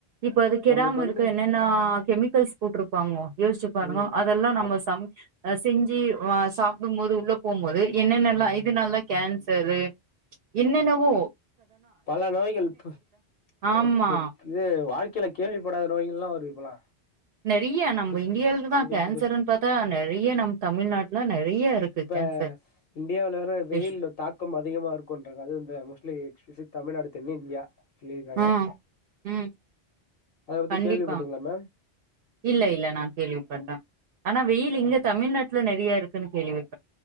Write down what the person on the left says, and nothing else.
நம்மளுக்கு வந்து
ம்
அப்
பல நோய்கள் ப தே
ப்ப இது வாழ்க் கில கேள்விபடாத நோய்களல்லா வருது இப்பல்லா
புது
புது
புது
அ இந்தியாவுல வர வெயிலு
தாக்கம் அதிகமா இருக்குன்றாங்க அது இந்த மோஸ்ட்லி <unintelligible> தமிழ்நாடு தென் இந்தியா சொல்லிர்காங்க
அத பத்தி
கேள்விப்பட்டீங்களா மேம்
ம்